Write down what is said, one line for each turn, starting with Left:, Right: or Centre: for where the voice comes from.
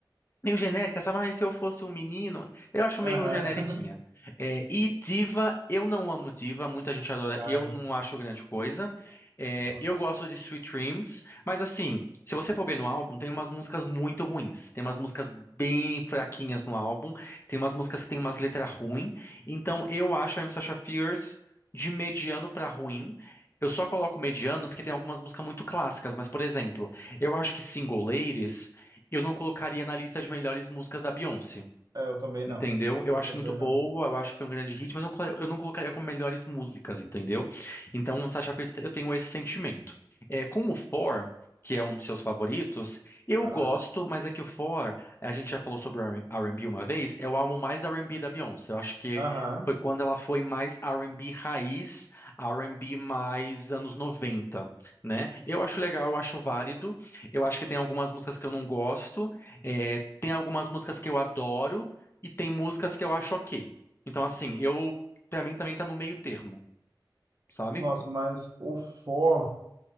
Left: Meio genérica, sabe? Mas se eu fosse um menino, eu acho meio
Right: Aham.
Left: generiquinha. É, e diva, eu não amo diva, muita gente adora,
Right: <laughs>
Left: eu
Right: Ai,
Left: não acho grande coisa. É,
Right: nossa.
Left: eu gosto de Sweet Dreams, mas assim, se você for ver no álbum, tem umas músicas muito ruins, tem umas músicas bem fraquinhas no álbum, tem umas músicas que tem umas letras ruins. Então eu acho a M. Sacha Fierce de mediano pra ruim. Eu só coloco mediano porque tem algumas músicas muito clássicas, mas por exemplo, eu acho que Single Ladies. Eu não colocaria na lista de melhores músicas da Beyoncé.
Right: É, Eu também
Left: Entendeu?
Right: não.
Left: Eu
Right: Eu
Left: acho
Right: também
Left: muito boa,
Right: não.
Left: eu acho que foi um grande hit, mas eu não colo- eu não colocaria como melhores músicas, entendeu? Então, Sasha Fierce, eu tenho esse sentimento. É, com o For, que é um dos seus favoritos, eu
Right: Ai.
Left: gosto, mas é que o For, a gente já falou sobre o R&B uma vez, é o álbum mais R&B da Beyoncé. Eu acho que
Right: Aham.
Left: foi quando ela foi mais R&B raiz, R&B mais anos 90, né? Eu acho legal, eu acho válido. Eu acho que tem algumas músicas que eu não gosto, é, tem algumas músicas que eu adoro, e tem músicas que eu acho ok. Então, assim, eu, pra mim também tá no meio termo, sabe?
Right: Nossa, mas o for